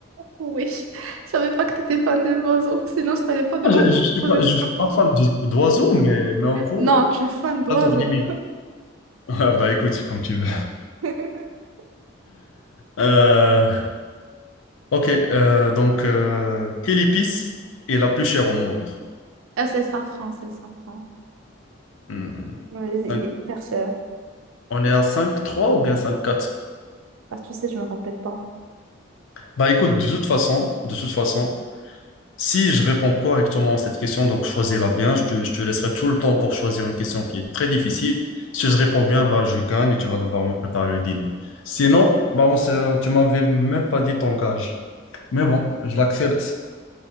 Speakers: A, on the right (about 80°); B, on the left (about 70°).
A: Oui. Je savais pas que tu étais fan des oiseaux, sinon je t'avais pas demandé
B: Moi, Je, je suis
A: de poser
B: pas,
A: cette
B: je suis
A: question.
B: pas fan de- d'oiseaux, mais, mais en gros,
A: Non, tu es fan d'oiseaux.
B: j'adore les mimes. <laughs> Ah, Bah écoute, comme tu veux.
A: <laughs>
B: Euh, ok, euh, donc euh, quelle épice est la plus chère au monde?
A: Ah, c'est le safran, c'est le safran.
B: Hmm,
A: Ouais, il
B: cinq-
A: est hyper cher.
B: on est à cinq trois ou bien cinq quatre
A: Bah, tu sais, je me rappelle pas.
B: Bah écoute, de toute façon, de toute façon. Si je réponds correctement à cette question, donc choisis-la bien. Je te, je te laisserai tout le temps pour choisir une question qui est très difficile. Si je réponds bien, bah, je gagne et tu vas devoir me préparer le dîner. Sinon, bah, on s'est- tu m'avais même pas dit ton gage. Mais bon, je l'accepte